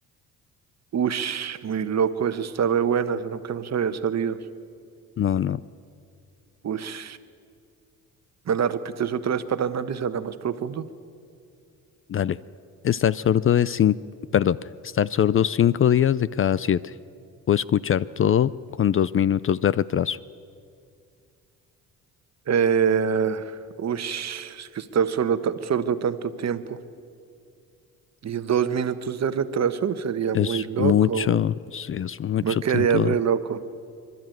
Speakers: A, on the right (about 45°); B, on the left (about 35°).
A: Ush, muy loco, eso está re buena, eso nunca nos había salido.
B: No, no,
A: Ush, ¿me la repites otra vez para analizarla más profundo?
B: dale. Estar sordo de cinco, perdón, estar sordo cinco días de cada siete o escuchar todo con dos minutos de retraso.
A: Eh, ush, es que estar solo ta- sordo tanto tiempo y dos minutos de retraso sería
B: Es
A: muy loco,
B: mucho, sí, es mucho
A: no quedaría
B: tiempo,
A: re loco.